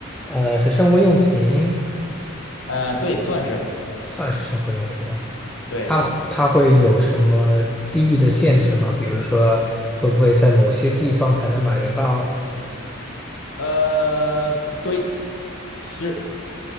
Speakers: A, in the centre; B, on the left (about 70°).
A: 呃是生活用品，
B: 呃，对，算是
A: 算是生活用品啊。
B: 对，
A: 它它会有什么地域的限制吗？比如说，会不会在某些地方才能买得到？
B: 呃，对，是